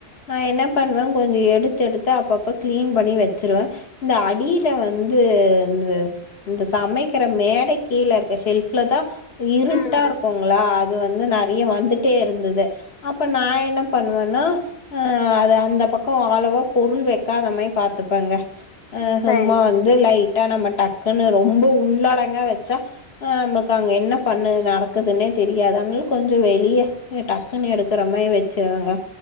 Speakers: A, on the left; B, on the left.
A: நான் என்ன பண்வ கொஞ்சொ எடுத் எடுத்து அப்பப்ப கிளீன் பண்ணி வச்சிருவ இந்த அடி ல வந்து இந்த இந்த சமைக்கிற மேடைக் கீழ இருக்க ஷெல்ஃப்லதா இருட்டா
B: ம்
A: இருக்குங்களா அது வந்து நெறைய வந்துட்டே இருந்துது அப்ப நா என்ன பண்ணுவன்னா அ அது அந்த பக்கொ அளவா பொருள் வெக்காத மாயி பாத்துப்பங்க
B: சரி
A: சும்மா
B: சரி
A: வந்து லைட்டா நம்ம டக்குன்னு ரொம்ப உள்ளடங்கா வச்சா அ நம்மளுக்கு அங்க என்ன பண்ணு நடக்குதுன்னே தெரியாது அத்னால கொஞ்சொ வெளிய இய டக்குன்னு எடுக்குற மாரி வச்சிருவங்க